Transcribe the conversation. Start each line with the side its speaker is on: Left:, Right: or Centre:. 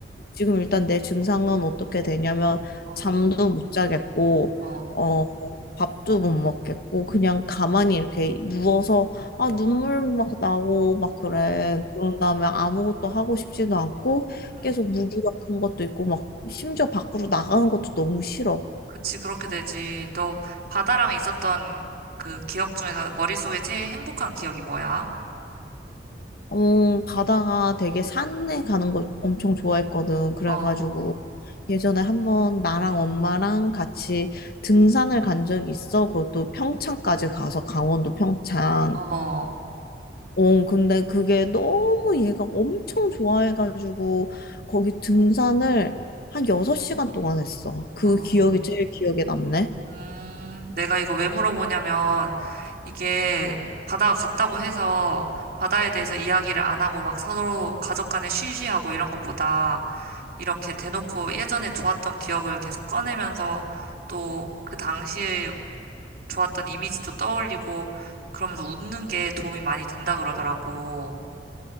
Left: 지금 일단 내 증상은 어떻게 되냐면
Right: 어,
Left: 잠도 못 자겠고
Right: 어.
Left: 어 밥도 못 먹겠고 그냥 가만히 이렇게 누워서 아 눈물 막 나고 막 그래 그런 다음에 아무것도 하고 싶지도 않고
Right: 응.
Left: 계속 무기력한 것도 있고 막 심지어 밖으로 나가는 것도 너무 싫어
Right: 그치, 그렇게 되지. 너 바다랑 있었던 그 기억 중에서 머릿속에 제일 행복한 기억이 뭐야?
Left: 어, 바다가 되게 산에 가는 거 엄청 좋아했거든. 그래가지고
Right: 어,
Left: 예전에 한번 나랑 엄마랑 같이 등산을 간 적이 있어. 그것도 평창까지 가서 강원도 평창.
Right: 어,
Left: 어, 근데 그게 너무 얘가 엄청 좋아해가지고 거기 등산을 한 6시간 동안 했어. 그
Right: 어.
Left: 기억이 제일 기억에 남네.
Right: 음, 내가 이거 왜 물어보냐면, 이게 바다가 같다고 해서 바다에 대해서 이야기를 안 하고 막 서로 가족 간에 쉬쉬하고 이런 것보다 이렇게 대놓고 예전에 좋았던 기억을 계속 꺼내면서 또 그 당시에 좋았던 이미지도 떠올리고 그러면서 웃는 게 도움이 많이 된다 그러더라고.